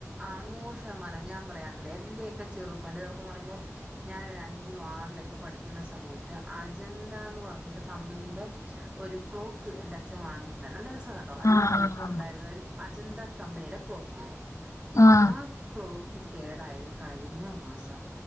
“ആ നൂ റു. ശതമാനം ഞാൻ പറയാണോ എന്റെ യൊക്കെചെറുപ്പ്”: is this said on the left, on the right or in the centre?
Right